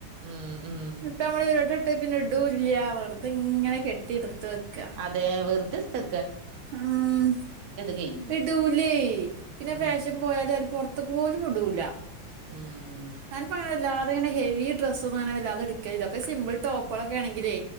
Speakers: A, on the right (about 55°); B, on the right (about 75°).
A: ഉം ഉം
B: ഇപ്പ ഞമ്മള് ഒരട്ടട്ട് ട്ടത് പിന്നെ ഇടൂല്ല്യ വെർതെ ഇങ്ങനെ കെട്ടി ഇട്ത്ത് വെക്ക്അ
A: പ്പം വെർ തെട്ത്തെ
B: ആഹ്
A: കഴിഞ്ഞു
B: ഇടുലെ പിന്നെ
A: ഉം
B: ഫേഷം പോയാല് അവര് പുറത്ത് പൊറത്ത്ക്ക് പോലും ഇടൂല
A: ഉം
B: ഞാനിപ്പ അങ്ങനെ വല്ലാതെങ്ങനെ ഹെവി ഡ്രസ്സ് ഒന്നും അങ്ങന വാല്ലാതെ എടുക്കലില്ല ഒക്കെ സിമ്പിൾ ടോപ്പുകളൊക്കെ ആണെങ്കിലേ